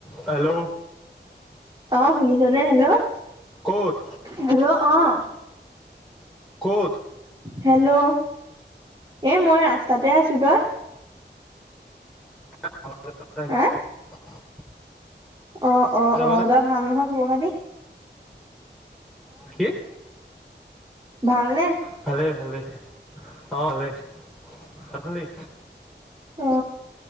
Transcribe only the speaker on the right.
অ' শুনিছনে hello,
হেল্ল' অ'
হেল্ল' এ মই ৰাস্তাতে আছো তই।
হা অ' অ'
অ'
দই ভাল নহয় খবৰ খ দ।
ভালনে
অ